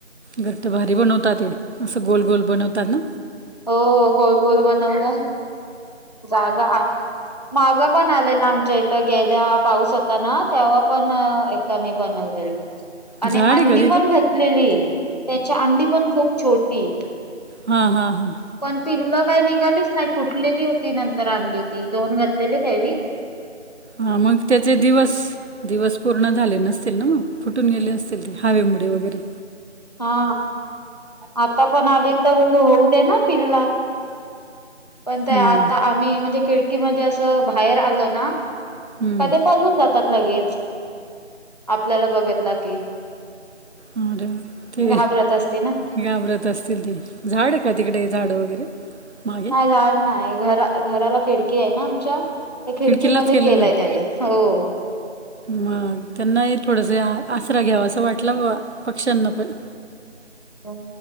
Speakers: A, on the right; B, on the left.
A: घरट भारी बनवतात ते असं गोल गोल बनवतात ना
B: हो गोल गोल बनवला ना जागा आहे. माग पण आलेला आमच्या इथं गेल्या पाऊस होता ना तेव्हा पण अ काणी बनव देला. आणि
A: झाड
B: अंडी
A: आहे का तिथे?
B: पण घातलेली त्यांच्या अंडी पण खूप छोटी
A: हा हा हां.
B: पण पिल्ल काही निघालीच नाहीत कुठलेली होती नंतर आणलेली ती दोन घातलेली त्यावेळी
A: हा मग त्याचे दिवस दिवस पूर्ण झाले नसतील ना मग फुटून गेले असतील ते हवेमुळे वगैरे
B: हा आता पण आली तर होऊ दे ना पिल्ला पण ते
A: हम्म.
B: आत्ता आम्ही म्हणजे खिडकी की मध्ये असं बाहेर आल ना
A: हम्म.
B: की पलून जातात लगेच आपल्याला बघतला के
A: हा रे ते
B: घाबरत असते ना.
A: घाबरत असतील ती झाडं ये का तिकडे झाड वगैरे मागे
B: नाही झाड नाही घरा घराला खिडकी आहे ना आमच्या त्या खिडकीमध्ये
A: खिडकीलाच केलेलं
B: केलाय
A: आहे
B: त्यावेळी हो.
A: मग त्यांनाही थोडंस आसरा घ्यावा असं वाटल बा पक्ष्यांना पण
B: हो